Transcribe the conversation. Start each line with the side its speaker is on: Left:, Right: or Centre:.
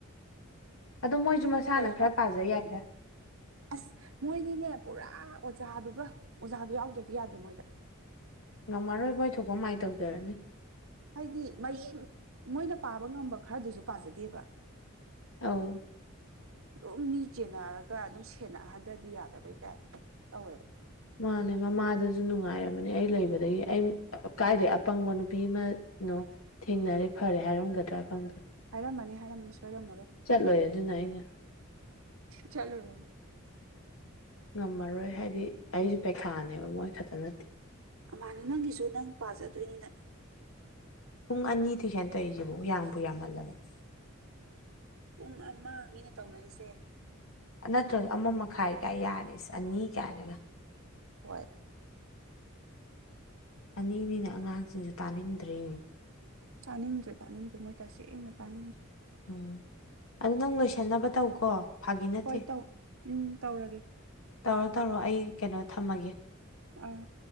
Left: ꯑꯗꯣ ꯃꯣꯏꯁꯨ ꯃꯁꯥꯅ
Right: ꯀꯩꯑꯕ
Left: ꯈꯔ ꯄꯥꯖꯩ ꯌꯥꯏꯗ
Right: ꯑꯁ ꯃꯣꯏꯗꯤꯅꯦ ꯄꯨꯔꯥ ꯑꯣꯖꯥꯗꯨꯒ ꯑꯣꯖꯥꯗꯨ ꯌꯥꯎꯗ꯭ꯔꯗꯤ ꯌꯥꯗꯦ ꯃꯣꯏꯗ
Left: ꯉꯝꯃꯔꯣꯏ ꯃꯣꯏ ꯊꯣꯛꯄ ꯃꯥꯏ ꯇꯧꯖꯔꯅꯤ
Right: ꯍꯥꯏꯗꯤ ꯃꯌꯦꯡ ꯃꯣꯏꯅ ꯄꯥꯕ ꯉꯝꯕ ꯈꯔꯗꯨꯁꯨ ꯄꯥꯖꯗꯦꯕ
Left: ꯑꯧ
Right: ꯑꯗꯨꯝ ꯃꯤ ꯆꯦꯟꯅꯔꯒ ꯑꯗꯨꯝ ꯁꯦꯟꯅꯍꯟꯊꯗꯤ ꯌꯥꯗꯕꯩ ꯇꯥꯏꯞ ꯇꯧꯋꯦꯕ
Left: ꯃꯥꯅꯦ ꯃꯃꯥꯗꯁꯨ ꯅꯨꯡꯉꯥꯏꯔꯕꯅꯦ ꯑꯩ ꯂꯩꯕꯗꯒꯤ ꯑꯩ ꯀꯥꯏꯗꯩ ꯑꯄꯪꯕ ꯅꯨꯄꯤ ꯑꯃꯅꯣ ꯊꯦꯡꯅꯔꯦ ꯐꯔꯦ ꯍꯥꯏꯔꯝꯒꯗ꯭ꯔꯥ ꯈꯪꯗꯦ
Right: ꯍꯔ ꯃꯅꯤ ꯍ ꯍꯥꯏꯔꯝ ꯃꯅꯤ ꯁꯣꯏꯔꯝ ꯃꯔꯣ
Left: ꯆꯠꯂꯣꯏ ꯑꯗꯨꯅ ꯑꯩꯅ
Right: ꯆꯂꯨꯝ
Left: ꯉꯝꯃꯔꯣꯏ ꯍꯥꯏꯗꯤ ꯑꯩꯁꯨ ꯄꯩꯈꯥꯅꯦꯕ ꯃꯣꯏ ꯈꯛꯇ ꯅꯠꯇꯦ
Right: ꯃꯥꯅꯦ ꯅꯪꯒꯤꯁꯨ ꯅꯪ ꯄꯥꯖꯗꯣꯏꯅꯤꯗ
Left: ꯄꯨꯡ ꯑꯅꯤ ꯊ ꯍꯦꯅ ꯇꯧꯔꯤꯏꯁꯦꯕꯨꯥꯎ ꯌꯥꯡꯕꯨ ꯌꯥꯝꯃꯜꯂꯕꯅꯦ
Right: ꯄꯨꯡ ꯑꯃ ꯃꯤꯅ ꯇꯧꯅꯔꯤꯁꯦ
Left: ꯅꯠꯇ꯭ꯔꯒ ꯑꯃ ꯃꯈꯥꯏ ꯀꯥꯏ ꯌꯥꯔꯦꯁ ꯑꯅꯤ ꯀꯥꯏꯅꯒ
Right: ꯍꯣꯏ
Left: ꯑꯅꯤꯅꯤꯅ ꯑꯉꯥꯡꯁꯤꯡꯁꯨ ꯇꯥꯅꯤꯡꯗ꯭ꯔꯔꯤ
Right: ꯆꯥꯅꯤꯡꯗ꯭ꯔꯦ ꯇꯥꯅꯤꯡꯗ꯭ꯔꯦ ꯃꯣꯏ ꯇꯁꯦꯡꯅ ꯇꯥꯅꯤꯡꯗ꯭ꯔꯦ
Left: ꯎꯝ ꯑꯗꯨ ꯅꯪ ꯂꯣꯏꯁꯟꯅꯕ ꯇꯧꯀꯣ ꯐꯥꯒꯤ ꯅꯠꯇꯦ
Right: ꯍꯣꯏ ꯇꯧ ꯎꯝ ꯇꯧꯔꯒꯦ
Left: ꯇꯧꯔꯣ ꯇꯧꯔꯣ ꯑꯩ ꯀꯩꯅꯣ ꯊꯝꯃꯒꯦ
Right: ꯑ